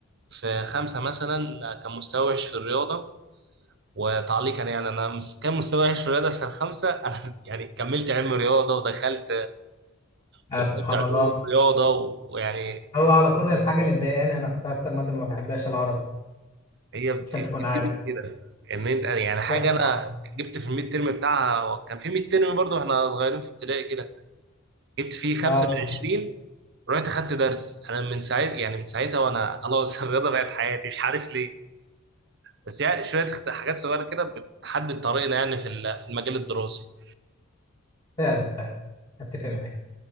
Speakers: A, on the right (about 50°); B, on the left (about 25°).
A: في خمسه مثلا كان مستوى وحش في الرياضه وتعليقا يعني انا مس- كان مستوى وحش في الرياضه في سنه خمسه <laughs> انا يعني كملت علم رياضه ودخلت
B: اه
A: ودخلت
B: سبحان
A: علوم
B: الله
A: رياضه ويعني
B: هو على طول الحاجه اللي مضايقاني انا كنت اكتر ماده ما بحبهاش العربي
A: هي بت-
B: عشان
A: بتبتدي
B: تكون عارف
A: كده ان انت يعني يعني حاجه
B: يا سبحان
A: انا
B: الله
A: جبت في الميد ترم بتاعها كان في ميد ترم برضه احنا صغيرين في ابتدائي كده جبت فيه خمسة
B: اه صحيح
A: من عشرين رحت خدت درس انا من ساعتها يعني من ساعتها وانا خلاص <laughs> الرياضه بقت حياتي مش عارف ليه بس يعني شويه اخت- حاجات صغيره كده بتحدد طريقنا يعني في ال- في المجال الدراسي
B: فعلا فعلا اتفق معاك